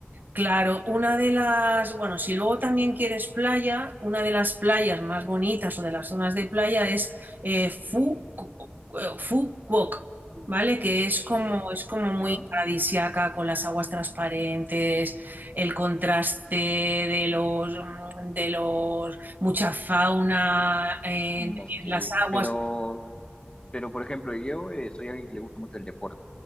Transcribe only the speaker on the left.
Mm,
ya.
Mm,
ok.
Pero, pero por ejemplo, yo eh, soy alguien que le gusta mucho el deporte.